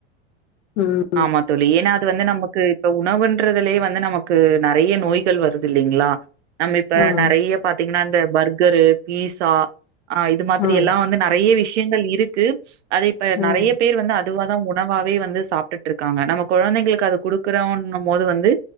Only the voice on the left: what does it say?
ம்
ம்
ம்
ம்